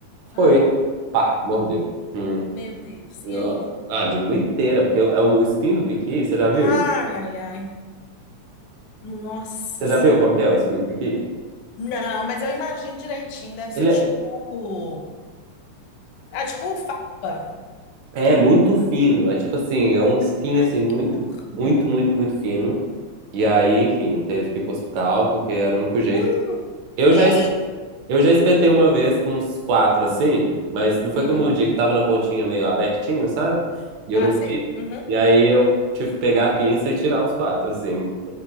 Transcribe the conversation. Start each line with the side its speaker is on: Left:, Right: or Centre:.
Left: ah.
Right: Foi. Pá, mordeu. Hum.
Left: Meu Deus. E
Right: Ó,
Left: aí?
Right: A língua inteira, porque é o espinho do piqui, você já viu?
Left: Ai, ai, ai. Nossa
Right: Você
Left: Senhora.
Right: já viu como que é o espinho do piqui?
Left: Não, mas eu imagino direitinho. Deve ser
Right: Ele
Left: tipo.
Right: é,
Left: Ah, tipo fava.
Right: é muito fino, é tipo assim, é um espinho
Left: Ai,
Right: assim muito,
Left: que horror.
Right: muito, muito, muito fino. E
Left: Hum.
Right: aí, enfim, teve que ir pro hospital, porque era o único jeito.
Left: Hum,
Right: Eu
Left: que
Right: já, es-
Left: isso?
Right: eu já espetei uma vez com uns quatro, assim, mas não foi
Left: Hum.
Right: que eu mordi, que tava na pontinha meio abertinho, sabe? E
Left: Ah,
Right: eu não
Left: sei.
Right: vi.
Left: Uhum.
Right: E aí eu tive que pegar a pinça e tirar os quatro, assim.